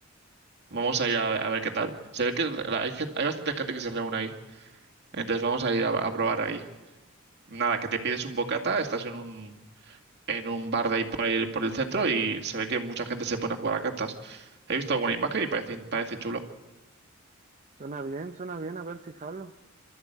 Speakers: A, on the right (about 55°); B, on the right (about 35°).
A: Vamos a ir a, a ver qué tal. Se ve que la- hay, gen- hay bastante gente que se reúne ahí. Entonces vamos a ir a, a probar ahí. Nada, que te pides un bocata, estás en un, en un bar de ahí por el, por el centro y se ve que mucha gente se pone a jugar a cartas. He visto alguna imagen y parece, parece chulo.
B: Suena bien, suena bien, a ver si jalo.